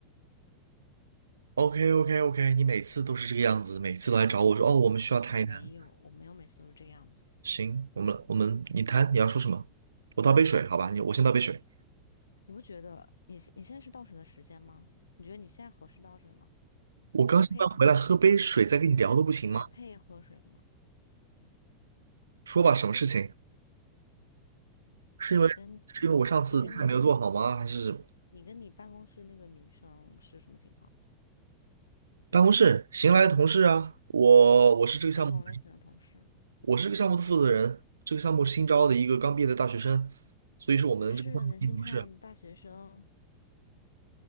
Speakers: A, on the right; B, on the left.
A: ？OK OK OK，你每次都是这个样子，每次都来找我说哦，我们需要谈一谈。
B: 我没有，我没有每次都是这个样子。
A: 行，我们我们你谈，你要说什么？我倒杯水，好吧？你我先倒杯水。
B: 你不觉得你现你现在是倒水的时间吗？你觉得你现在合适倒水吗？
A: 我刚下班回来，
B: 你还配喝水吗？
A: 喝杯水再跟你聊都不行吗？
B: 你还配喝水吗？
A: 说吧，什么事情？是因为是因为我上次菜没有做好吗？
B: 你跟你你跟你
A: 还是？
B: 你跟你办公室那个女生是什么情况？
A: 办公室新来的同事啊，我我是这个项目，
B: 哪种类型的同事？
A: 我是这个项目的负责人，这个项目新招的一个刚毕业的大学生，所以是我们这个项目的新同事。
B: 是年轻漂亮的大学生，